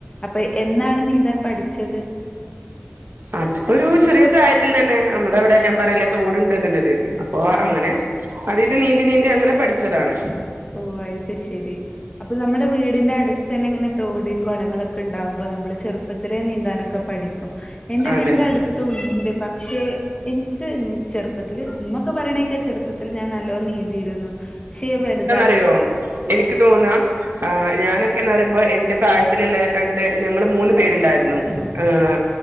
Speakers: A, on the left; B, on the right.
A: അപ്പ എന്നാണ് നീന്താൻ പഠിച്ചത്
B: അത്പ്പൊ ഒരു ചെറിയ പ്രായത്തിൽ തന്നെ നമ്മടെ അവിടെ ഞാൻ പറഞ്ഞില്ലേ തോട്ണ്ട്ന്ന്ള്ളത് പ്പോ
A: ആ
B: അങ്ങനെ അതീന്ന് നീന്തി നീന്തി അങ്ങനെ പഠിച്ചതാണ്
A: ഓഹ് അയിത് ശരി അപ്പ നമ്മുടെ വീടിന്റെ അടുത്ത് തന്നെ ഇങ്ങനെ തോട് കൊളങ്ങളൊക്കെ ഇണ്ടാവ്മ്പോ നമ്മള് ചെറുപ്പത്തിലേ നീന്താനൊക്കെ പഠി എന്റെ
B: അതെ
A: വീടിന്റെ അടുത്തും ഇണ്ട് പക്ഷെ എനിക്ക് ചെറുപ്പത്തില് ഇമ്മൊക്കെ പറയണേക്കാ ചെറുപ്പത്തില് ഞാൻ നല്ലോം നീന്തിയിരുന്നു ക്ഷെ വല്
B: റിയോ എനിക്ക് തോന്ന ആഹ് ഞാന് ക്കേന്ന് പറയുമ്പോ എന്റെ പ്രായത്തില്ള്ള രണ്ട് ഞങ്ങള് മൂന്ന് പേരുണ്ടായിരുന്നു ആഹ്